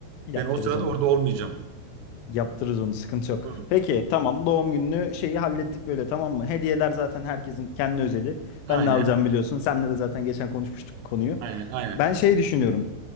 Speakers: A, on the left; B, on the right.
A: yaptırırız
B: Ben o sırada
A: onu.
B: orada olmayacağım.
A: Yaptırırız onu sıkıntı yok.
B: Hı.
A: Peki tamam doğum gününü şeyi hallettik böyle tamam mı? Hediyeler zaten herkesin kendi özeli.
B: Aynen,
A: Ben ne alacağım biliyorsun. Senle de zaten geçen konuşmuştuk bu konuyu.
B: aynen, aynen.
A: Ben şey düşünüyorum.